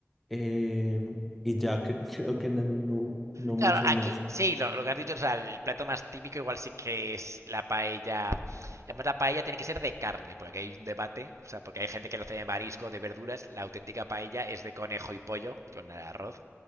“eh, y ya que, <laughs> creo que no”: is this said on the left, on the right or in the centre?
Centre